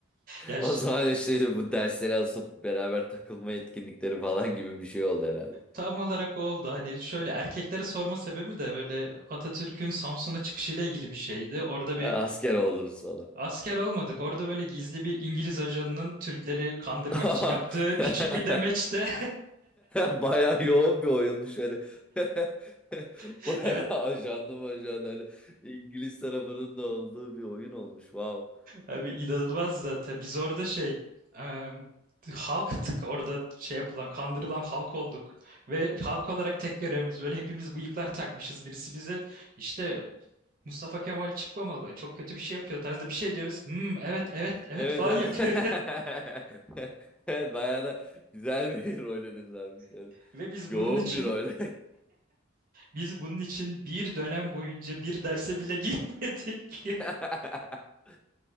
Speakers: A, on the right (about 45°); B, in the centre.
A: Ya
B: O
A: ş-
B: zaman işte bu dersleri asıp beraber takılma etkinlikleri falan gibi bir şey oldu herhalde.
A: tam olarak o oldu. Hani şöyle erkekleri sorma sebebi de böyle Atatürk'ün Samsun'a çıkışıyla ilgili bir şeydi. Orada bir
B: <laughs> Asker oldunuz falan.
A: asker olmadık. Orada böyle gizli bir İngiliz ajanının Türkleri kandırmak
B: <laughs>
A: için yaptığı küçük bir demeçte.
B: Bayağı yoğun bir oyunmuş hani. <laughs>
A: <laughs>
B: Bayağı ajanlı majanlı hani İngiliz tarafının da olduğu bir oyun olmuş. Wow.
A: Abi inanılmaz zaten. Biz orada şey e, halktık orada şey yapılan kandırılan halk olduk. Ve halk olarak tek görevimiz böyle hepimiz bıyıklar takmışız. Birisi bize işte Mustafa Kemal çıkmamalı çok kötü bir şey yapıyor tarzda bir şey diyoruz. Hmm, evet evet evet
B: Evet
A: falan
B: evet.
A: yapıyor.
B: <laughs> Evet bayağı da güzel bir <laughs> rolünüz varmış yani.
A: <laughs> Ve biz
B: Yoğun
A: bunun için
B: bir rol. <laughs>
A: biz bunun için bir dönem boyunca bir derse bile <laughs> girmedik.
B: <laughs>